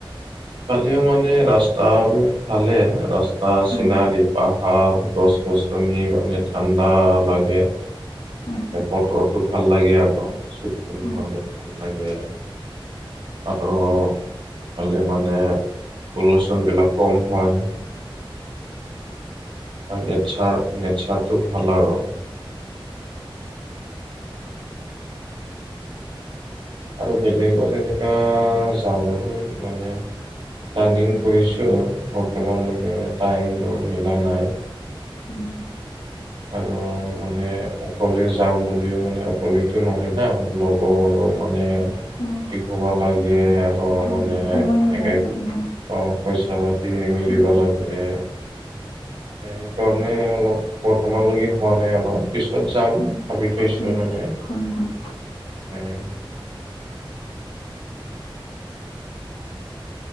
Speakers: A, on the right; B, on the left.
A: ইফালেও মানে ৰাস্তা বহুত ভালে ৰাস্তা
B: হয়
A: চিনাৰী পাহ আ গছ-গছনি মানে ঠাণ্ডা লাগে।
B: হয়
A: বতৰটো ভাল লাগে আৰু চকুন
B: হয়
A: মানে ভাল লাগে। আৰু ইফালে মানে পলুচনবিলাক কম হয়। তাৰ নেচাৰ নেচাৰটো ভাল আৰু। আৰু বেলেগত এনেকা যাবলৈ মানে প্লানিং কৰিছোঁ, বৰ্তমানলৈকে টাইমবোৰ মিলা নাই।
B: <unintelligible>
A: আৰু মানে অকলে যাম বুলিও মানে অকলেতো নহয় না। লগ গৰো মানে
B: হয়
A: ঠিক হ'বা লাগে আৰ অও
B: হয়
A: মানে
B: সময়
A: এনেকে
B: মিলাব
A: অ
B: লাগে হয়
A: পইচা-পাতি মিলিব
B: হয়
A: লাগে। সেইকাৰণে অলপ বৰ্তমানলৈকে হোৱা নাই আৰু পিছত যাম
B: হয়
A: ভাবি থৈছো
B: হয়
A: মানে।
B: হয়, হয়।
A: <unintelligible>